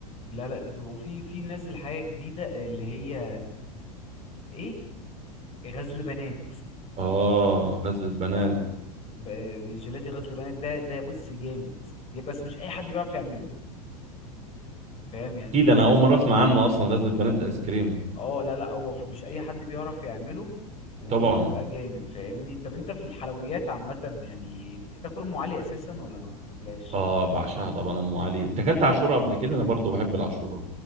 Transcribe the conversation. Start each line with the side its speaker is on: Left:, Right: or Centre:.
Left: لا لا دي بتبقى وفي في نازل حاجة جديدة اللي هي ايه غزل بنات
Right: اه غزل البنات
Left: ب- جيلاتي غزل بنات ده ده بص جامد جامد، بس مش اي حد بيعرف يعمله فاهم يعني
Right: اكيد
Left: في
Right: انا
Left: ناس
Right: اول مره اسمع عنه اصلا غزل البنات ايس كريم
Left: اه لا لا هو في مش اي حد بيعرف يعمله وهو
Right: طبعا
Left: بيبقى جامد فاهمني طب انت في الحلويات عامة يعني بتاكل ام علي اساسا ولا ما بتاكلهاش
Right: اه بعشقها طبعا ام علي انت اكلت عاشوره قبل كده انا برضو بحب العاشوره